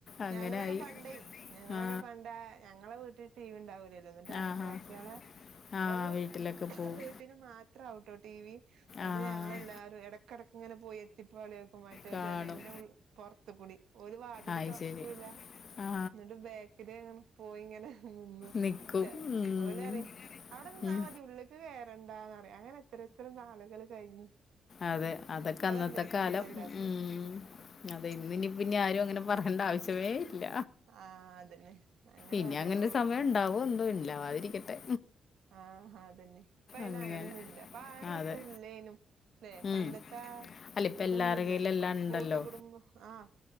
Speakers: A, on the left; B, on the right.
A: അങ്ങനായി.
B: ഞങ്ങളൊക്കെ പണ്ടേയ് ഞങ്ങളൊക്കെ
A: ആ.
B: പണ്ട ഞങ്ങളെ വീട്ടിൽടീവി ണ്ടാവൂലെ ർന്നു ന്നട്ടയൽവാസിയേലെ
A: ആഹാ. ആ ആ
B: ഓല വ്
A: വീട്ടിലൊക്കെ പോവും.
B: വീ ട്ടില് മാത്രാവുട്ടോ ടി വി ന്നട്ട്
A: ആ.
B: ഞങ്ങളെല്ലാരും എടക്കെടക്ക്ങ്ങനെ പോയി ട്ട്പാളിയോക്കും, മറ്റേ
A: കാണും
B: ജനല്ന്റെ ഉൾ പൊർതുകുടി ഓല് വാതില്
A: അത്
B: തൊർക്കൂല്ല
A: ശരി ആ
B: ന്നട്ട് ബേക്കില് ങ്ങനെ പോയി ങ്ങനെ നിന്നു
A: നിൽക്കും
B: ചെ
A: ഉം.
B: ഓലറിം അവടെ നിന്നാ
A: ഉം.
B: മതി ഉള്ള്ക്ക് കേറണ്ടാന്നറിയും അങ്ങനെ ത്രയെത്ര നാളുകള് കയ്ഞ്ഞു.
A: അതെ അതൊക്കെ
B: ഇപ്പളല്ലേ
A: അന്നത്തെ കാലം
B: പഞ്ചല്ലാത്ത്‌
A: ഉം. അതെ ഇന്ന്ന്നിപ്പൊ പിന്നെ ആരും അങ്ങനെ പറയണ്ട ആവശ്യമേ ഇല്ല
B: ആഹ് അതന്നെ അങ്ങനെ
A: ഇനി
B: ഓരോ
A: അങ്ങനൊരു സമയം ഉണ്ടാവോ എന്തോ ഇല്ലാവാതിരിക്കട്ടെ
B: ആ ഹാ അതന്നെ പ്പഅയ്നങ്ങനൊന്നുല്ല
A: അങ്ങനെ
B: പ്പാരസല്ലേനും
A: അതെ
B: ലെ പണ്ടത്താ
A: ഉം. അല്ല ഇപ്പം എല്ലാവരുടെ
B: തൊന്നുല്ലല്ലോ
A: കയ്യിലെല്ലാം
B: പ്പൊ
A: ഉണ്ടല്ലോ
B: കൂട്ട് കുടുംബം ആഹ്